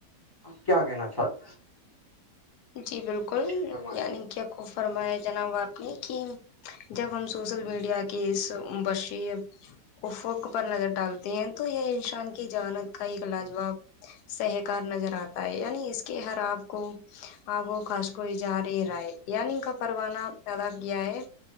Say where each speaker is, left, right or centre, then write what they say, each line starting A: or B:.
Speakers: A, on the left; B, on the left.
A: کیا کہنا چاہتی
B: جی بالکل
A: فرمائیں
B: یعنی کیا خوب فرما ہے جناب آپ نے کہ جب ہم سوشل میڈیا کی اس بشی افوق پر نظر ڈالتے ہیں تو یہ انسان کی جہانت کا ایک لاجواب سہکار نظر آتا ہے یعنی اس کے ہر آپ کو آ وہ خاش کو ا جہارے رائے یعان کا پروانہ پیدا کیا ہے